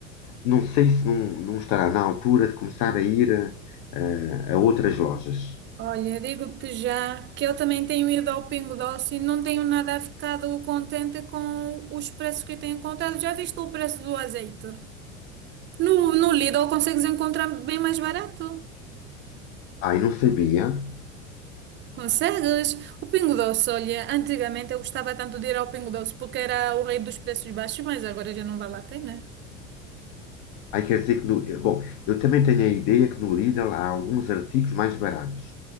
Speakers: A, on the left; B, on the right.
A: não sei se não, não estará na altura de começar a ir a, a- a outras lojas.
B: Olha, digo-te já que eu também tenho ido ao Pingo Doce e não tenho nada ficado contente com os preços que tenho encontrado. Já viste o preço do azeite? No, no Lidl consegues encontrar bem mais barato.
A: Ai, não sabia.
B: Consegues? O Pingo Doce, olha, antigamente eu gostava tanto de ir ao Pingo Doce porque era o rei dos preços baixos, mas agora já não vale a pena.
A: Aí quer dizer que no, eh, bom, eu também tenho a ideia que no Lidl há alguns artigos mais baratos,